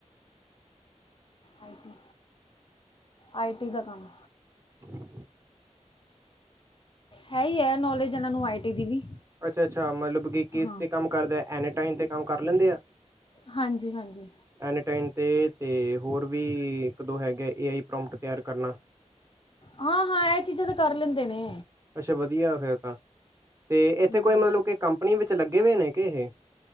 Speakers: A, on the left; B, on the right.
A: ਆਈਟੀ, ਆਈਟੀ ਦਾ ਕੰਮ
B: ਹਮ
A: ਹੈ ਹੀ ਹੈ ਨੌਲੇਜ ਇਹਨਾਂ ਨੂੰ ਆਈਟੀ ਦੀ ਵੀ
B: ਅੱਛਾ -ਅੱਛਾ ਮਤਲਬ ਕਿ ਕਿਸ
A: ਹਾਂ
B: ਤੇ ਕੰਮ ਕਰਦਾ ਐਨੀ ਟਮ ਤੇ ਕੰਮ ਕਰ ਲੈਂਦੇ ਆ
A: ਹਾਂਜੀ-ਹਾਂਜੀ।
B: ਐਨੀ ਟਾਈਮ ਤੇ ਤੇ ਹੋਰ ਵੀ ਇੱਕ ਦੋ ਹੈਗੇ ਏ ਆਈ ਪ੍ਰੋਮਟ ਤਿਆਰ ਕਰਨਾ
A: ਹਾਂ -ਹਾਂ ਇਹ ਚੀਜ਼ਾਂ ਤੇ ਕਰ ਲੈਂਦੇ ਨੇ।
B: ਅੱਛਾ ਵਧੀਆ ਫਿਰ ਤਾਂ, ਤੇ ਇੱਥੇ
A: ਹਮ,
B: ਕੋਈ ਮਤਲਬ ਕਿ ਕੰਪਨੀ ਵਿੱਚ ਲੱਗੇ ਹੋਏ ਨੇ ਕਿ ਇਹ